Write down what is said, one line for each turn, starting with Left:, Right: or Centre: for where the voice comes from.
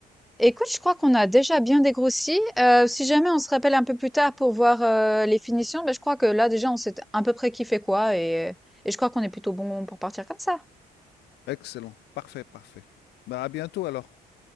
Centre: Écoute, je crois qu'on a déjà bien dégrossi. Euh, si jamais on se rappelle un peu plus tard pour voir euh, les finitions, ben, je crois que là déjà on sait à peu près qui fait quoi et, et je crois qu'on est plutôt bon pour partir comme ça.
Left: Excellent, parfait, parfait. Bah, à bientôt alors.